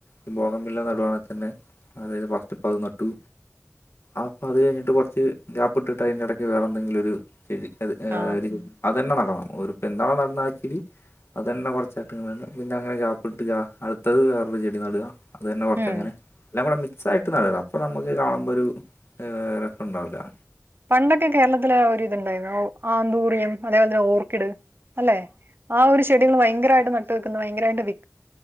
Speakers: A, on the left; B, on the right.
A: ഈ ബോഗൻ വില്ല നടുവാണെങ്കിൽ തന്നെ അതായത് ഫസ്റ്റ് ഇപ്പ അത് നട്ടു അപ്പൊ അത് കഴിഞ്ഞിട്ട് കുറച്ച് ഗ്യാപ്പ് ഇട്ടിട്ട് അതിന്റെ ഇടക്ക് വേറെ എന്തെങ്കിലും ഒരു ചെടി അത് ഏ
B: ആ
A: അതന്നെ നടന്നണം ഒരുപ്പ എന്താണോ നടുന്നെ ആ ചെടി അത് തന്നെ കുറച്ചായിട്ട് ഇണ്ട് പിന്നെ അങ്ങനെ ഗ്യാപ്പിട്ട് അടുത്തത് വേറൊരു ചെടി നടുക അത് തന്നെ കുറച്ച്
B: ഉം
A: അങ്ങനെ എല്ലാം കൂടെ മി ക്സായിട്ട് നടുക അപ്പ നമുക്ക് കാണുമ്പോ ഒരു രസം ഉണ്ടുകൂലാ
B: പണ്ടൊക്കെ കേരളത്തിലെ ഒരിത്ണ്ടായിരുന്നു ആന്തൂറിയം അതേപോലെ തന്നെ ഓർക്കിഡ് അല്ലെ ആ ഒരു ചെടികൾ ഭയങ്കരമായിട്ട് നട്ട് വെക്കുന്ന ഭയങ്കരമായിട്ട് വി